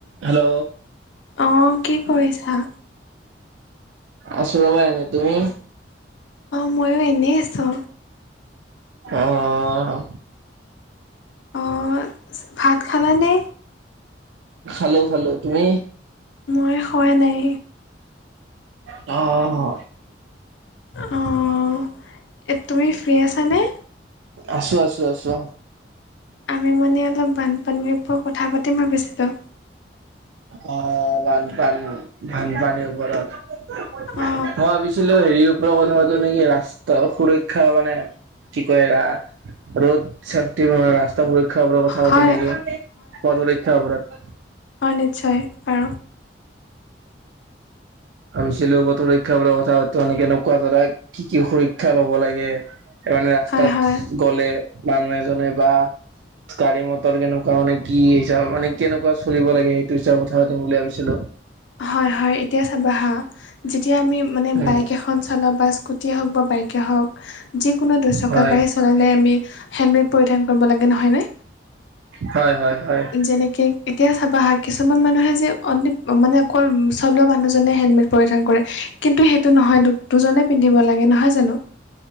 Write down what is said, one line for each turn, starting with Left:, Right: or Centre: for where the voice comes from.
Right: হেল্ল
Left: অ কি কৰিছা
Right: আছো ৰ'বা এনেই তুমি
Left: অ মইও এনেই আছো
Right: অহ
Left: অ ভাত খালানে
Right: খালো খালো তুমি
Left: মই খোৱা নাই
Right: অ অ
Left: অহ তুমি ফ্ৰী আছানে
Right: আছো আছো আছো
Left: আমি মানে অলপ বানপানীৰ ওপৰত কথা পাতিম ভাবিছিলোঁ
Right: অ বানপানী বানপানীৰ ওপৰত মই
Left: অ
Right: ভাবি ছিলো হেৰিৰ ওপৰত কথা পাতো নেকি ৰাস্তাৰ সুৰক্ষা মানে কি কয় ৰা ৰোড চেফটি ৰাস্তা সুৰক্ষাৰ ওপৰত কথা
Left: হয়
Right: পাতো নেকি পথ সুৰক্ষাৰ ওপৰৰত
Left: অ নিশ্চয় পাৰা
Right: ভাবিছিলো বতৰ সুৰক্ষা বোৰৰ কথা এনেকে এনেকুৱা ধৰা কি কি সুৰক্ষা লব লাগে মানে ৰাস্তাত
Left: হয় হয়
Right: গলে মানুহ এজনে বা গাড়ী মটৰ কেনেকুৱা মানে কি হিচাপ মানে কেনেকুৱা চলিব লাগে সেইটো হিচাপত কথা পাতিম বুলি ভাবিছিলো
Left: হয় হয় এতিয়া চাবা হা যেতিয়া আমি মানে
Right: উম
Left: বাইক এখন চলাওঁ বা স্কুটিয়ে হওঁক বা বাইকে হওঁক যিকোনো দুচকীয়া
Right: হয়
Left: গাড়ী চলালে আমি হেলমেট পৰিধান কৰিব লাগে নহয়নে?
Right: হয়, হয়, হয়।
Left: যেনেকে এতিয়া চাবা আহা কিছুমান মানুহে যে অনলি মানে অকল চলোৱা মানুহজনে হেলমেট পৰিধান কৰে। কিন্তু সেইটো নহয় দুজনে পিন্ধিব লাগে নহয় জানো?